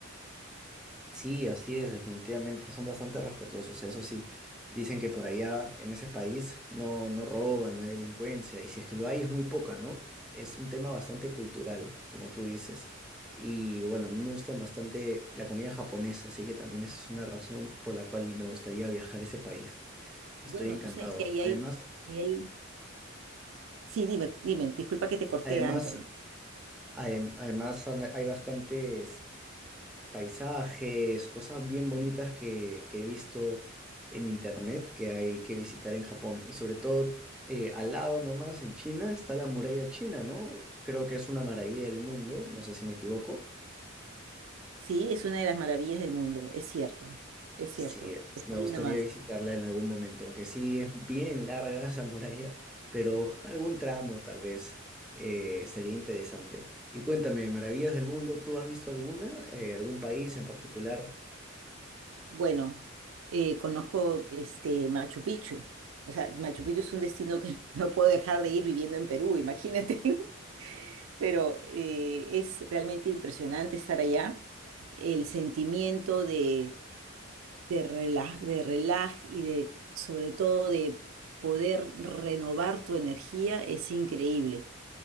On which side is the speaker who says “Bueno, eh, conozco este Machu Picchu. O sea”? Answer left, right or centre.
Right